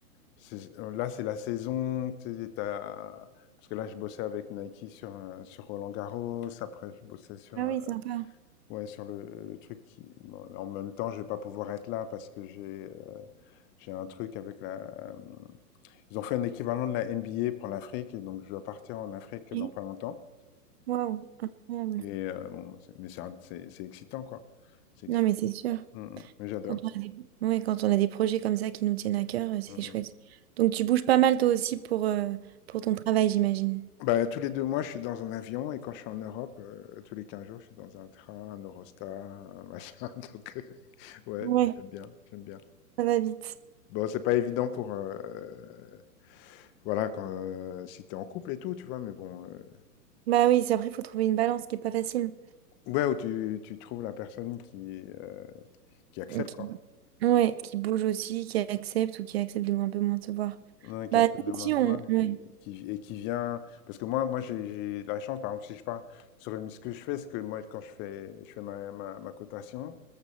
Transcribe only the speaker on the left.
c'est- euh, là, c'est la saison. tu sais, t'as- Parce que là, je bossais avec Nike sur, euh, sur Roland-Garros. Après, je bossais sur,
euh,
ouais, sur le, le truc qui. bon, en même temps, je vais pas pouvoir être là parce que j'ai euh, j'ai un truc avec la. euh, ils ont fait un équivalent de la NBA pour l'Afrique et donc je dois partir en Afrique
dans pas longtemps.
Et heu, bon, c'est mais c'est un c'est c'est excitant, quoi. C'est excitant.
Mmh mh. Mais j'adore.
Mmh
mh.
Bah, tous les 2 mois, je suis dans un avion et quand je suis en Europe, heu, tous les 15 jours, je suis dans un train, un Eurostar, un machin, <laughs> donc heu, ouais,
mais j'aime bien, j'aime bien.
Bon, c'est pas évident pour, heu, voilà, quand, heu, si t'es en couple et tout, tu vois? Mais bon, heu,
ouais, où tu tu trouves la personne qui, heu, qui accepte,
quoi.
Ouais, qui
accepte
de moins
se
voir
et qui, et qui vient. Parce que moi, moi j'ai j'ai la chance, par exemple, si je pars sur une. Ce que je fais, c'est que moi, quand je fais, je fais ma, ma, ma cotation,